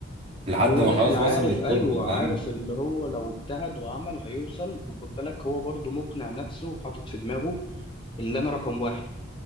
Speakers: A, on the right; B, on the left.
A: لحد
B: هو
A: ما
B: داخل
A: خلاص
B: عارف
A: وصل للتوب
B: ايوه
A: فاهم
B: عارف اللي هو لو اجتهد وعمل هيوصل وخد بالك هو برضو مقنع نفسه حاطط في دماغه اللي انا رقم واحد